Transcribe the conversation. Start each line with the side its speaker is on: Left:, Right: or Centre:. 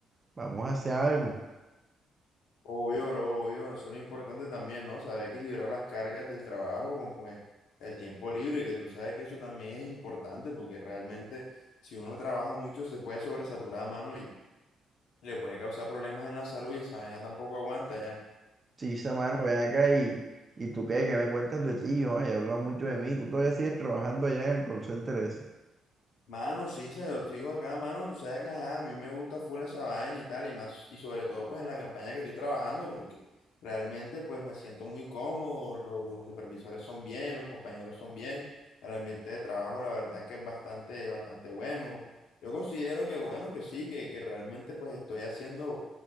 Right: vamos a hacer algo.
Left: Obvio, bro, obvio, eso es lo importante también, ¿no? Saber equilibrar las cargas del trabajo con pues el tiempo libre, que tú sabes que eso también es importante, porque realmente si uno trabaja mucho se puede sobresaturar, mano, y le puede causar problemas en la salud y esa vaina tampoco aguanta ya.
Right: Sí, esa mano, ven acá y, y tú qué, qué me cuentas de ti, yo, ay, he hablado mucho de mí, tú todavía sigues trabajando allá en el call center ese.
Left: Mano, sí, se- yo sigo acá, mano. Tú sabes que ajá, a mí me gusta full esa vaina y tal, y más, y sobre todo pues en la campaña que estoy trabajando, porque realmente pues me siento muy cómodo, lo- los supervisores son bien, los compañeros son bien, el ambiente de trabajo la verdad es que es bastante, bastante bueno. Yo considero que bueno, que sí, que, que realmente pues estoy haciendo